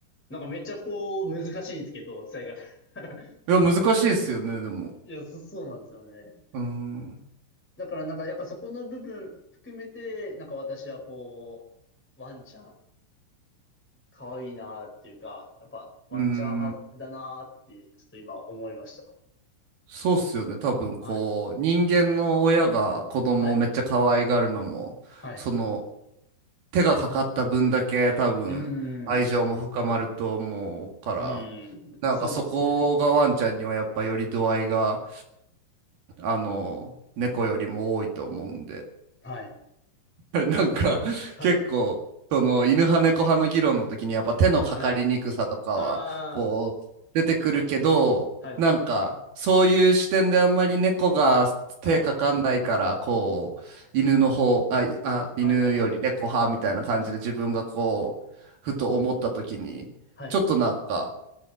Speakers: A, in the centre; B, on the right (about 55°).
A: なんかめっちゃこう、難しいんですけど、伝え方。<laughs>
B: いや、難しいですよね、でも。
A: いや、そ、そうなんですよね。
B: うん。
A: だからなんかやっぱそこの部分含めて、なんか私はこう、ワンちゃん、可愛いなっていうか、やっぱワンちゃん派だなって、
B: うん。
A: ちょっと今思いました。
B: そうっすよね。多分こう、
A: はい。
B: 人間の親が子供をめっちゃ可愛がるのも、
A: はい。はい。
B: その手がかかった分だけ多分愛情も深まると思うから、
A: うーん。うーん。
B: なんかそこがワンちゃんにはやっぱより度合いが、
A: そうですね。
B: あの、猫よりも多いと思うんで。
A: はい。
B: <laughs> なんか結構その犬派猫派の議論の時にやっぱ手のかかりにくさとかはこう出てくるけどなんかそういう視点であんまり猫が手かかんないからこう犬の方あ、
A: はい。はい。ああ、はい。はい。
B: いあ犬より猫派みたいな感じで自分がこうふと思った時にちょっとなんか
A: はい。はい。はい。